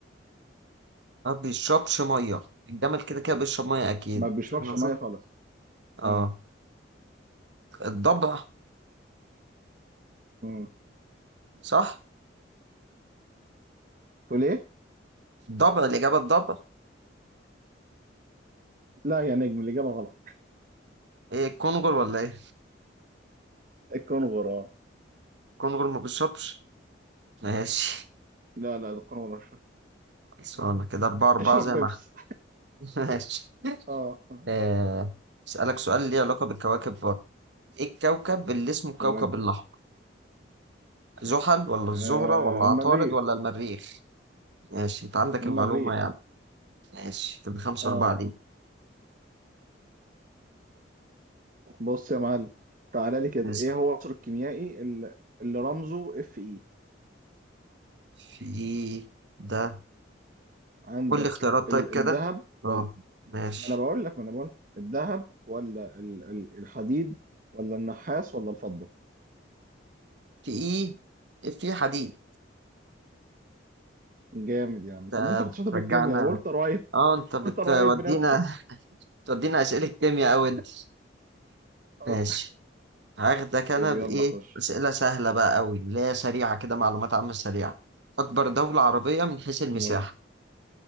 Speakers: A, on the right (about 65°); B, on the right (about 45°).
A: ما بيشربش مية الجمل كده كده بيشرب مية أكيد
B: ما بيشربش
A: أنا
B: مية
A: شفت
B: خالص
A: اه
B: امم
A: الضبع
B: امم
A: صح
B: تقول إيه؟
A: الضبع الإجابة الضبع
B: لا يا نجم الإجابة غلط
A: ايه الكونغر ولا ايه
B: الكنغر اه
A: الكونغر ما بيشربش ماشي
B: لا لا الكنغر مش-
A: خلصانة كده أربعة أربعة
B: يشرب
A: زي
B: بيبس
A: ما احنا <laughs> ماشي
B: اه آه.
A: آه. أسألك سؤال ليه علاقة بالكواكب برضه ايه الكوكب اللي اسمه الكوكب
B: نودي
A: الأحمر زحل ولا الزهرة
B: آه
A: ولا عطارد
B: المريخ
A: ولا المريخ ماشي انت عندك
B: المريخ
A: المعلومة يعني ماشي كده خمسة
B: اه
A: أربعة ليه
B: بص يا معلم تعالى لي كده
A: نسأل
B: ايه هو العنصر الكيميائي اللي, اللي رمزه اف اي
A: في ايه ده
B: عندك
A: قول لي اختيارات
B: ال-
A: طيب كده
B: الذهب
A: اه
B: ولا
A: ماشي
B: ما انا بقول لك ما انا بقول لك. الذهب ولا ال- ال- الحديد ولا النحاس ولا الفضة
A: في ايه في حديد
B: جامد يا عم
A: ده
B: طب ما انت
A: بترجعنا
B: كنت شاطر في الكيمياء والتر وايت
A: اه انت بتودينا
B: والتر وايت بنفسه
A: بتودينا اسئله كيمياء
B: اه
A: اوي انت
B: اه
A: ماشي هاخدك انا
B: طيب
A: بايه
B: يلا خش
A: اسئله سهله بقى اوي اللي هي سريعه كده معلومات عامه سريعه اكبر دوله عربيه من حيث المساحه
B: نودي